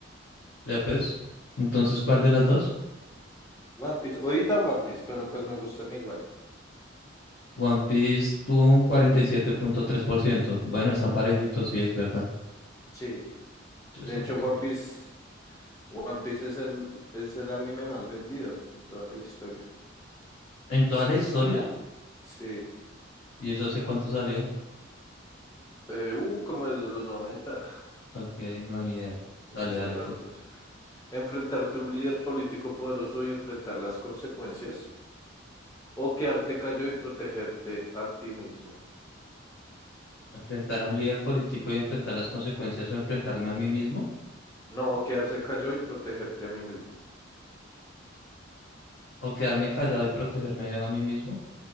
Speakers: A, on the left; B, on the left.
A: Ya pues. Entonces, ¿cuál de las dos?
B: One Piece. Ahorita One Piece, pero pues me gustan igual.
A: One Piece tuvo un 47.3%. Bueno, están parejitos, sí, es verdad.
B: Sí.
A: Sí,
B: De
A: están
B: hecho,
A: parejitos.
B: One Piece, One Piece es el, es el anime más vendido en toda la historia.
A: ¿En toda la historia?
B: Sí.
A: ¿Y eso hace cuánto salió?
B: Eh, uh, como desde los 90
A: Ok, no, ni idea.
B: de
A: Dale,
B: hace
A: dale
B: rato.
A: tú.
B: sí. Enfrentarte a un líder político poderoso y enfrentar las consecuencias. O quedarte callado y protegerte a ti mismo.
A: ¿Enfrentar a un líder político y enfrentar las consecuencias o enfrentarme a mí mismo?
B: No, o quedarse callado y protegerte a mí mismo.
A: O quedarme callado y protegerme a mí mismo.